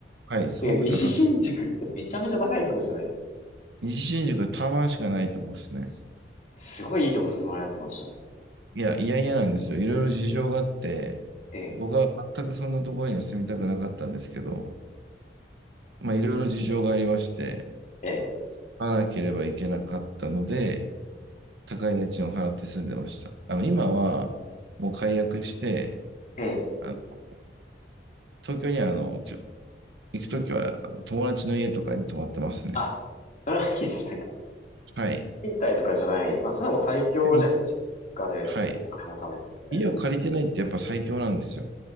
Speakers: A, on the right; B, on the left.
A: はい、すごく高かった
B: で、西新宿ってめちゃめちゃ高いとこじゃないで
A: 西新宿はタワマンしかないとこですね。
B: す。すごいいいとこ住まれてましたね。
A: いや、いやいやなんですよ。いろいろ事情があって、
B: ええ、
A: 僕は全くそんなところには住みたくなかったんですけど、まあ、いろいろ事情がありまして、
B: ええ、
A: 買わなければいけなかったので、高い家賃を払って住んでました。あの、今は、もう解約して、
B: ええ。
A: あの東京には、あの、きょ行くときは、あの友達の家とかに泊まってますね。
B: あ、それはいいです。なんか、
A: はい。
B: 賃貸とかじゃない。まあ、それも最強じゃないですか。
A: い
B: 実家でお金も貯めつつみたいな。
A: はい。家を借りてないってやっぱ最強なんですよ。